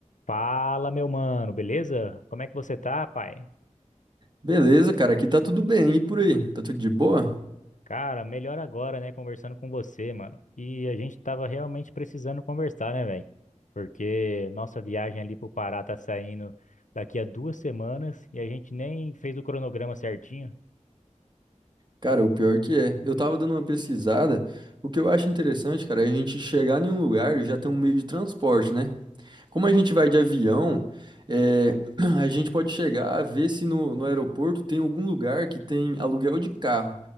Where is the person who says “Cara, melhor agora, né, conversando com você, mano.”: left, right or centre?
Left